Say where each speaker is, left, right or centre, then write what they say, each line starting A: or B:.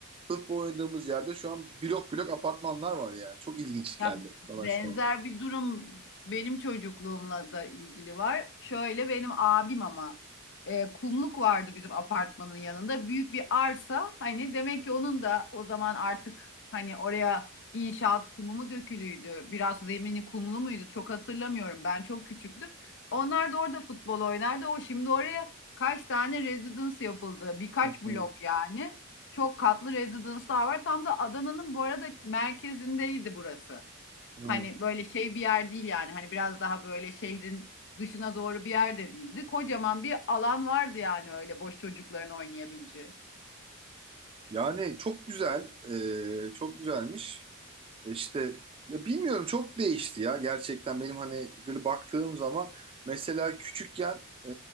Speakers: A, on the right (about 25°); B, on the left (about 55°).
A: futbol oynadığımız yerde şu an blok blok apartmanlar var yani. Çok ilginç geldi
B: Ya benzer
A: bana şu an.
B: bir durum benim çocukluğumla da ilgili var. Şöyle benim abim ama e, kumluk vardı bizim apartmanın yanında. Büyük bir arsa hani demek ki onun da o zaman artık hani oraya inşaat kumu mu dökülüydü? Biraz zemini kumlu muydu? Çok hatırlamıyorum. Ben çok küçüktüm. Onlar da orada futbol oynardı. O şimdi oraya kaç tane residence yapıldı? Birkaç
A: Hı
B: blok yani. Çok katlı residence'lar var. Tam da Adana'nın bu arada merkezindeydi burası.
A: hı.
B: Hani böyle şey bir yer değil yani. Hani biraz daha böyle şehrin dışına doğru bir yer de değildi. Kocaman bir alan vardı yani öyle boş çocukların oynayabileceği.
A: Yani çok güzel, e, çok güzelmiş. E İşte ya bilmiyorum çok değişti ya gerçekten benim hani böyle baktığım zaman mesela küçükken e,